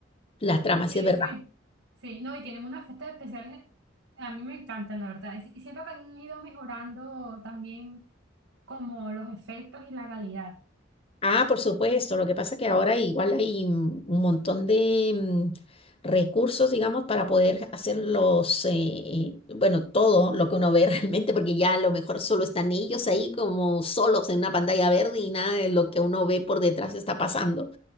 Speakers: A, on the left (about 30°); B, on the right (about 80°).
A: la trama,
B: Sí,
A: sí es verdad.
B: sí, sí, no, y tienen unas fiestas especiales, a mí me encantan, la verdad. Y y siento que han ido mejorando también como los efectos y la calidad.
A: Ah, por supuesto. Lo que pasa es que ahora igual hay un un montón de mm, recursos, digamos, para poder hacer los, eh, bueno, todo lo que uno ve <laughs> realmente, porque ya a lo mejor solo están ellos ahí como solos en una pantalla verde y nada de lo que uno ve por detrás está pasando.